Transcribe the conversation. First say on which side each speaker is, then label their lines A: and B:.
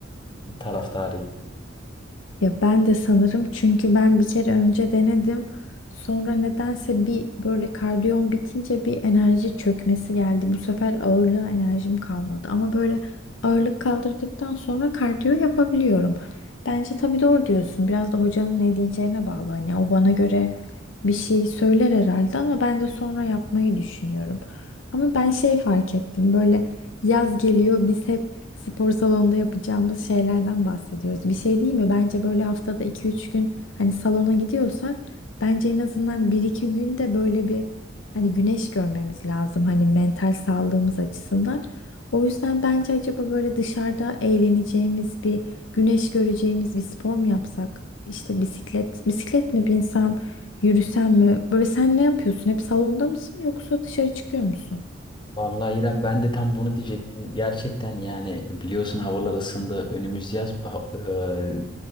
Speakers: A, on the left; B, on the left.
A: taraftarıyım.
B: Ya ben de sanırım çünkü ben bir kere önce denedim. Sonra nedense bir böyle kardiyom bitince bir enerji çökmesi geldi. Bu sefer ağırlığa enerjim kalmadı. Ama böyle ağırlık kaldırdıktan sonra kardiyo yapabiliyorum. Bence tabii doğru diyorsun. Biraz da hocanın ne diyeceğine bağlı. Hani o bana göre bir şey söyler herhalde ama ben de sonra yapmayı düşünüyorum. Ama ben şey fark ettim. Böyle yaz geliyor biz hep spor salonunda yapacağımız şeylerden bahsediyoruz. Bir şey değil mi? Bence böyle haftada iki üç gün hani salona gidiyorsak bence en azından bir iki gün de böyle bir hani güneş görmemiz lazım hani mental sağlığımız açısından. O yüzden bence acaba böyle dışarıda eğleneceğimiz bir güneş göreceğimiz bir spor mu yapsak? İşte bisiklet, bisiklet mi binsem, yürüsem mi? Böyle sen ne yapıyorsun? Hep salonda mısın yoksa dışarı çıkıyor musun?
A: Vallahi İrem ben de tam bunu diyecektim. Gerçekten yani biliyorsun havalar ısındı. Önümüz yaz ha- e,